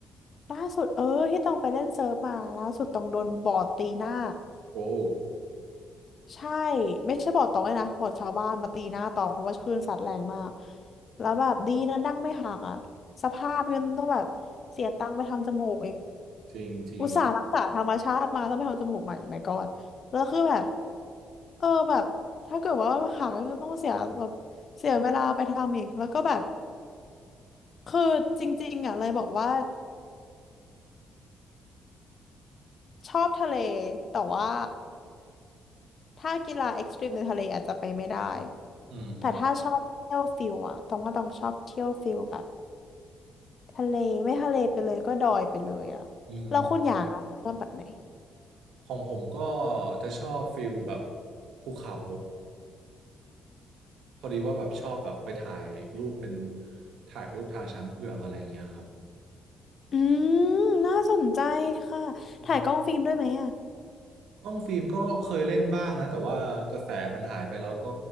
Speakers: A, on the left; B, on the right.
A: ล่าสุดเออที่ตองไปเล่นเซิร์ฟมาล่าสุดตองโดนบอร์ดตีหน้า
B: โอ้
A: ใช่ไม่ใช่บอร์ดตองเลยนะบอร์ดชาวบ้านมาตีหน้าตองเพราะว่าคลื่นซัดแรงมากแล้วแบบดีนะดั้งไม่หักอ่ะสภาพเงินต้องแบบเสียตังค์ไปทำจมูกอีก
B: จริงจริง
A: อุตส่าห์รักษาธรรมชาติมาต้องไปทำจมูกใหม่ไม่กอดแล้วคือแบบเออแบบถ้าเกิดว่าหักก็ต้องเสียแบบเสียเวลาไปทำอีกแล้วก็แบบคือจริงๆอ่ะเลยบอกว่า ชอบทะเลแต่ว่าถ้ากีฬาเอ็กซ์ตรีมในทะเลอาจจะไปไม่ได้
B: อืม
A: แต่ถ้าชอบเที่ยวฟิลอะต้องว่าต้องชอบเที่ยวฟิลแบบทะเลไม่ทะเลไปเลยก็ดอยไปเลยอะแล้วคุณอย่างอะคะชอบแบบไหน
B: อืมของผมก็จะชอบฟิลแบบภูเขา พอดีว่าแบบชอบแบบไปถ่ายรูปเป็นถ่ายรูปทางช้างเผือกอะไรเงี้ยครับ
A: อืมน่าสนใจค่ะถ่ายกล้องฟิล์มด้วยไหมอะ
B: อืมกล้องฟิล์มก็เคยเล่นบ้างนะแต่ว่ากระแสมันหายไปแล้วก็